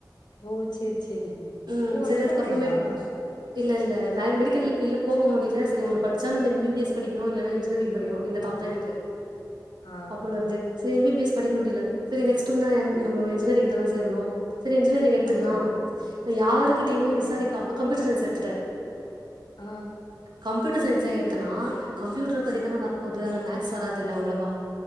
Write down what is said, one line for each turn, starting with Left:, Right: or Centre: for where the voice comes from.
Left: ஓ செரி செரி
Right: ம்
Left: நீங்க ஒர்க்
Right: சரி அதுக்கப்புறமேட்
Left: பண்றீங்களா
Right: இல்ல இல்ல நா மெடிக்கல்பீல்ல போக முடில செரி ஒன்னுபடிச்சா எம் பி பி எஸ் படிக்கணு இல்லனா இன்ஜினியரிங் படிக்கணு இந்த தாட்தா எனக்கு
Left: ஆ
Right: அப்போலருந்தே செரி எம் பி பி எஸ் படிக்க முடில செரி நெக்ஸ்ட் வந்து நம்ம என்ஜினியரிங் தானே சேரணு சேரி என்ஜினியரிங் எடுத்துரலா
Left: ஆமா
Right: நா யாருகிட்டயுமே விசாரிக்காம
Left: ஆமா ஆ
Right: கம்ப்யூட்டர் சயின்ஸ் எடுத்துட்டே
Left: ஆ
Right: கம்ப்யூட்டர் சயின்ஸ எடுத்தனா கம்ப்யூட்ர பத்தித்தானே வரப்போது அதுல மேக்ஸ் வராதுல்ல அவ்ளோவா